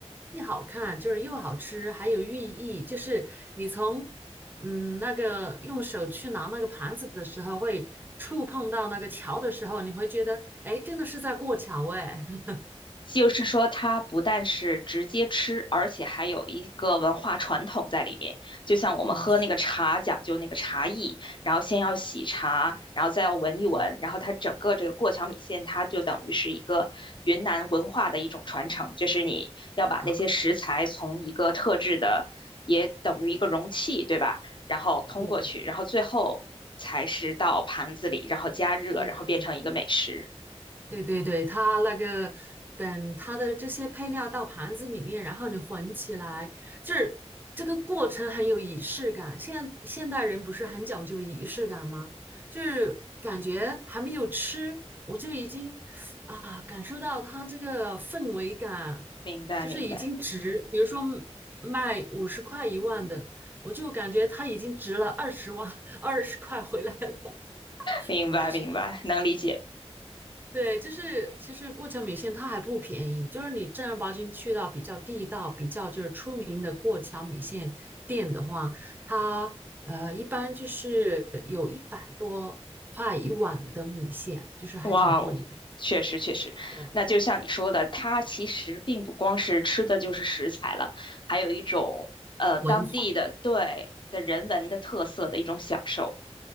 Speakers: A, on the right; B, on the left.
A: 既好看就是又好吃，还有寓意，就是你从嗯那个用手去拿那个盘子的时候会。触碰到那个桥的时候，你会觉得，哎，诶真的是在过桥，哎，<laughs>
B: 就是说，它不但是直接吃，而且还有一个文化传统在里面。就像我们喝那个茶，
A: 嗯，是
B: 讲究那个茶艺，然后先要洗茶，然后再要闻一闻，然后它整个这个过桥米线，它就等于是一个云南文化的一种传承，就是你要把那些食材从一个特制的，
A: 的，
B: 也等于一个容器，对吧？然后通过去，
A: 对
B: 然后最后才是到盘子里，然后加热，
A: 对，
B: 然后变成一个美食。
A: 对对对，它那个等它的这些配料到盘子里面，然后你混起来，就是这个过程很有仪式感。现现代人不是很讲究仪式感吗？就是感觉还没有吃，我就已经啊感受到它这个氛围感，
B: 明白，
A: 就是已经值，
B: 明白。
A: 比如说卖五十块一万的，我就感觉它已经值了二十万二十块回来了。
B: 明白，
A: <laughs> 就是。
B: 明白，能理解。
A: 对，就是其实过桥米线它还不便宜，就是你正儿八经去到比较地道、比较就是出名的过桥米线店的话，它呃一般就是有一百多块一碗的米线，就是还挺贵的。
B: 哇哦，确实确实，
A: 对
B: 那就像你说的，它其实并不光是吃的就是食材了，还有一种呃当地的对的人文的特色的一种享受。
A: 文化